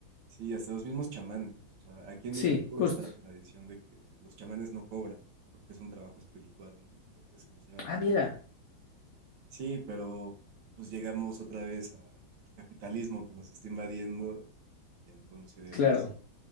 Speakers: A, on the right; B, on the left.
A: sí, hasta los mismos chamanes. O sea, aquí en
B: Sí,
A: México
B: justo.
A: está la tradición de que los chamanes no cobran, porque es un trabajo espiritual exclusivamente.
B: Ah, mira.
A: Sí, pero pues llegamos otra vez al capitalismo que nos está invadiendo y entonces,
B: Claro.